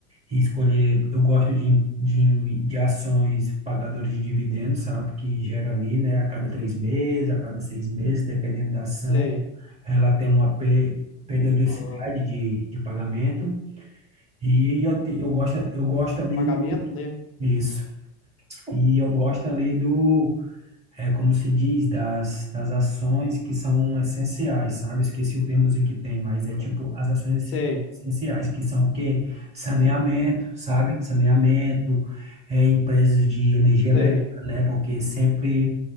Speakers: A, on the right (about 15°); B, on the left (about 35°).
A: e escolher. Eu gosto de, de, de ações pagadoras de dividendos, sabe? Que gera ali, né? A cada três meses, a cada seis meses, dependendo da ação,
B: sei,
A: ela tem uma pe- periodicidade
B: aham,
A: de, de pagamento. E eu, te- eu gosto, eu gosto
B: de
A: ali
B: pagamento, né?
A: isso. E eu gosto ali do é como se diz, das, das ações que são essenciais, sabe? Esqueci o termo em que tem, mas é tipo as ações
B: Sei,
A: essenciais, que são o quê? Saneamento, sabe? Saneamento, é, empresas de energia elétrica,
B: sei,
A: né? Porque sempre